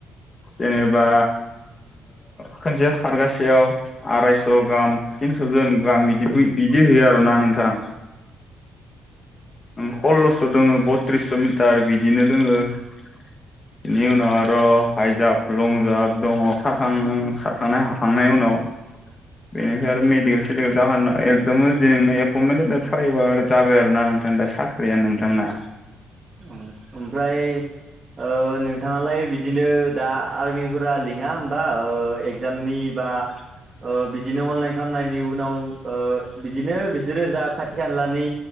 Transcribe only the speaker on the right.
औ ओमफ्राय नोंथाङालाय बिदिनो दा आर्मिफोरा लिङा होमबा एगजामनि बा
बिदिनो अनलाइन खालामनायनि उनाव बिदिनो बिसोरो जा खाथि खालानि